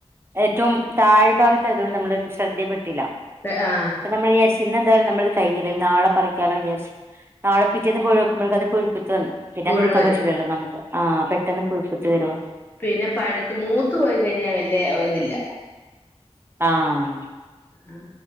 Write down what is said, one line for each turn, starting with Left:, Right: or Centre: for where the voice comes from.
Right: ഏറ്റവും താഴ്ഭാഗത്തായ തോണ്ട് നമ്മൾ ശ്രദ്ധേൽപ്പെട്ടില്ല
Left: പെ ആഹ്
Right: അപ്പ നമ്മൾ വിചാരിച്ചു ഇന്നെ എന്തായാലും നമ്മളത് കഴിഞ്ഞില്ലേ നാളെ പറിക്കാലോ വിചാരിച്ചു നാളെ പ്പിറ്റേന്ന് പോയോക്കുമ്പൾക്കത് പുഴുക്കുത്ത് വന്ന് പിന്നെ
Left: പുഴു
Right: അതിട്ക്കാൻ
Left: വരും
Right: പറ്റൂല്ലല്ലോ നമുക്ക് ആഹ് പെട്ടെന്ന് പുഴു കുത്ത് വരുവോ
Left: പിന്നെ പഴുത്ത് മൂത്ത് പോയി കഴിഞ്ഞാൽ വല്യയെ ഇതില്ല
Right: ആഹ്
Left: ആഹ്